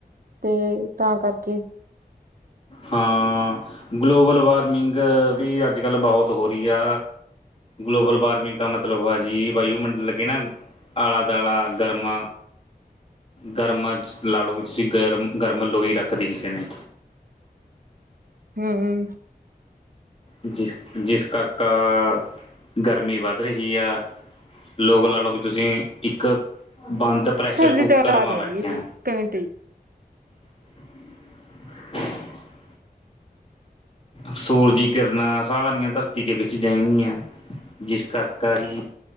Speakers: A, on the right; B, on the left.
A: ਤੇ ਤਾਂ ਕਰਕੇ
B: ਹਾਂ, ਮ ਗਲੋਬਲ ਵਾਰਮਿੰਗ ਵੀ ਅੱਜ ਕੱਲ ਬਹੁਤ ਹੋ ਰਹੀ ਆ, ਗਲੋਬਲ ਵਾਰਮਿੰਗ ਕਾ ਮਤਲਬ ਐ। ਜੀ ਵਾਯੂਮੰਡਲ ਕੇ ਨਾ ਆਲਾ ਦਾਲਾ ਗਰਮ ਗਰਮ ਲਾ ਲਓ ਵੀ ਤੁਸੀਂ ਗਰਮ, ਗਰਮ ਲੋਈ ਰੱਖਦੀ ਕਿਸੇ ਨੇ
A: ਹਮਮ
B: ਜਿਸਿਸ ਜਿਸ ਕਰਕੇ ਗਰਮੀ ਵੱਧ ਰਹੀ ਆ ਲੋਕ ਲਾ ਲਓ ਵੀ ਤੁਸੀਂ ਇੱਕ
A: <inaudible>
B: ਬੰਦ ਪ੍ਰੈਸ਼ਰ ਕੁੱਕਰ ਮਾ ਬੈਠੇ ਆ <inaudible> ਸੂਰਜੀ ਕਿਰਨਾਂਾਂ ਸਾਰੀਆਂ ਧਰਤੀ ਦੇ ਵਿੱਚ ਜਾਏਗੀਆਂ ਜਿਸ ਕਰਕੇ ਹੀ